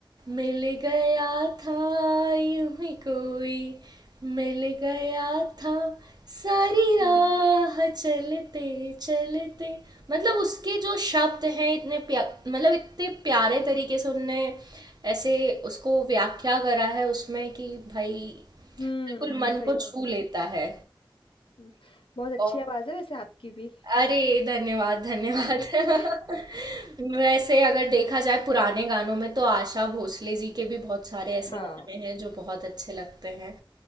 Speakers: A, on the right; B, on the left.
A: मिल गया था यूं ही कोई मिल गया था सारी राह
B: हम्म
A: चलते चलते मतलब उसके जो शब्द हैं इतने प्या मतलब इतने प्यारे तरीके से उनने ऐसे उसको व्याख्या करा है उसमें कि भाई
B: हम्म
A: बिल्कुल मन
B: सही
A: को
B: बात
A: छू लेता
B: है
A: है
B: हम्म, बहुत अच्छी
A: और
B: आवाज है वैसे आपकी भी
A: अरे धन्यवाद धन्यवाद
B: <laughs>
A: <laughs> वैसे अगर देखा जाए पुराने गानों में तो आशा भोसले जी के भी बहुत सारे ऐसे
B: हाँ
A: गाने हैं जो बहुत अच्छे लगते हैं